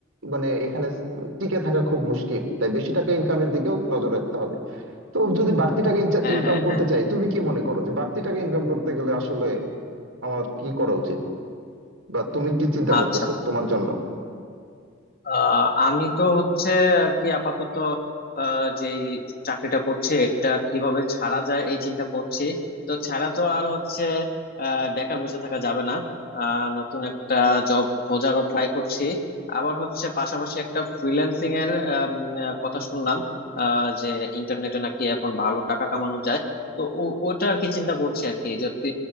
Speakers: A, on the right; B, on the left.
A: মানে এখানে টিকে থাকা খুব মুশকিল তাই বেশি টাকা ইনকামের দিকেও নজর রাখতে হবে তো যদি বাড়তি টাকা
B: হ্যাঁ
A: ইনকাম
B: হ্যাঁ
A: করতে
B: হ্যাঁ
A: চাই তুমি কি মনে করো যে বাড়তি টাকা ইনকাম করতে গেলে আসলে আমার কি করা উচিত বা তুমি কি চিন্তা
B: আচ্ছা
A: করতেছো তোমার জন্য
B: আহ আমি তো হচ্ছে আর কি আপাতত আহ, যে চাকরিটা করছি এটা কিভাবে ছাড়া যায় এই চিন্তা করছি তো ছাড়া তো আর হচ্ছে আহ, বেকার বসে থাকা যাবে না আহ, নতুন একটা জব খোঁজারও ট্রাই করছি আবার হচ্ছে পাশাপাশি একটা ফ্রিল্যান্সিং এর আম, আহ, কথা শুনলাম আহ, যে ইন্টারনেটে নাকি এখন ভালো টাকা কামানো যায় তো ও- ওটা আর কি চিন্তা করছি আর কি যদি